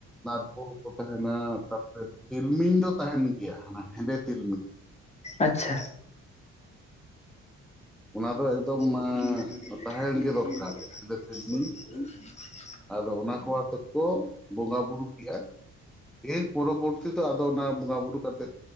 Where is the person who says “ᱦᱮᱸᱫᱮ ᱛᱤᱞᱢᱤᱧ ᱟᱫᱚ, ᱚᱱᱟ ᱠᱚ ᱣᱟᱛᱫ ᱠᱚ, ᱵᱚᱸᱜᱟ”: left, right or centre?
Centre